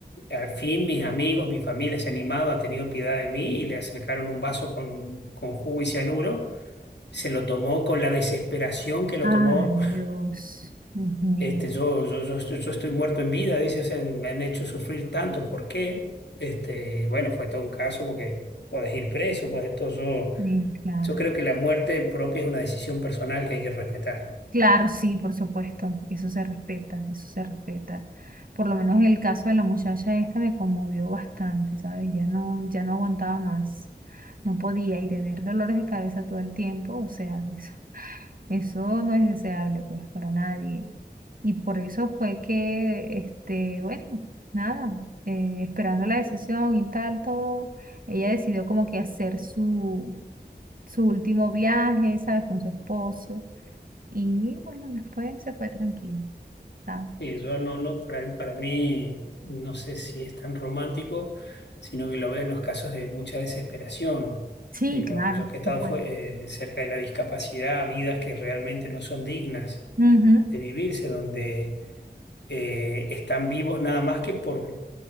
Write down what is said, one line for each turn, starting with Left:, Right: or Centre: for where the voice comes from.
Left: al fin mis amigos, mi familia se ha animado, ha tenido piedad de mí y le acercaron un vaso con, con jugo y cianuro. Se lo tomó con la desesperación que lo
Right: Ay,
Left: tomó. <laughs>
Right: Dios. Dios mío.
Left: Este, yo, yo, yo, estoy yo estoy muerto en vida, dice, o sea, me han hecho sufrir tanto, ¿por qué? Este, bueno, fue todo un caso porque podés ir preso, podés todo. Yo,
Right: Sí, claro.
Left: yo creo que la muerte propia es una decisión personal que hay que respetar.
Right: Claro, sí, por supuesto, eso se respeta, eso se respeta. Por lo menos el caso de la muchacha esta me conmovió bastante, ¿sabes? Ya no, ya no aguantaba más, no podía y tener dolores de cabeza todo el tiempo, o sea, eso, eso no es deseable pues para nadie. Y por eso fue que, este, bueno, nada, eh, esperando la decisión y tal, todo, ella decidió como que hacer su, su último viaje, ¿sabes? Con su esposo. Y bueno, después se fue tranquilo, ¿sabes?
Left: Sí, yo no, no, para, para mí no sé si es tan romántico, sino que lo veo en los casos de mucha desesperación.
Right: Sí,
Left: Digo,
Right: claro,
Left: yo que he estado
Right: por supuesto.
Left: fue- eh, cerca de la discapacidad, vidas que realmente no son dignas
Right: Ujú.
Left: de vivirse, donde eh, están vivos nada más que por